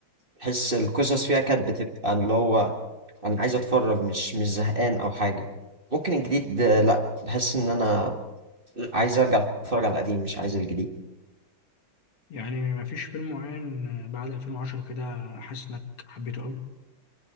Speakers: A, on the right; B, on the left.
A: بحس القصص فيها كانت بتبقى اللي هو انا عايز اتفرج مش مش زهقان او حاجه ممكن الجديد آه، لا بحس ان انا عايز ارجع اتفرج على القديم مش عايز الجديد
B: يعني مفيش فيلم معين بعد 2010 كده حاسس إنك حبيته أوي